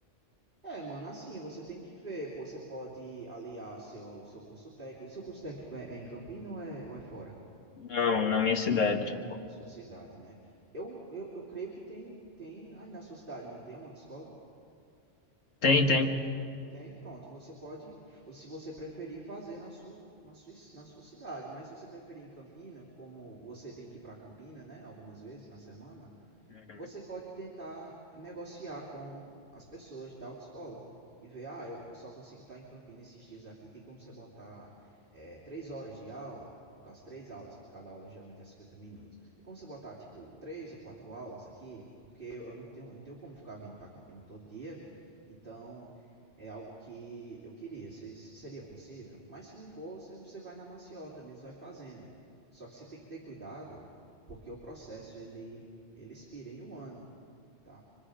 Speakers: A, on the right (about 45°); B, on the left (about 80°).
A: É, mano, assim, você tem que ver. pô, Você pode aliar seu, seu curso técnico. O seu curso técnico é, é em Campina ou é, ou é fora?
B: Não, na minha cidade.
A: Na sua cidade, né? Eu, eu, eu creio que tem, tem aí na sua cidade, não tem uma outra escola?
B: Tem, tem.
A: Tem, pronto. Você pode, se você preferir, fazer na sua, na sua, na sua cidade. Mas se você preferir em Campina, como você tem que ir para Campina, né, algumas vezes na semana,
B: Uhum.
A: você pode tentar negociar com as pessoas da autoescola e ver, ah, eu só consigo estar em Campinas esses dias aqui, tem como você botar é, três horas de aula, no caso três aulas, que cada aula geralmente é 50 minutos, tem como você botar, tipo, três ou quatro aulas aqui, porque eu não tenho, eu não tenho como ficar vindo para Campinas todo dia, então é algo que eu queria, se, se seria possível, mas se não for, você, você vai na maciota mesmo, vai fazendo, só que você tem que ter cuidado, porque o processo, ele ele expira em um ano, tá?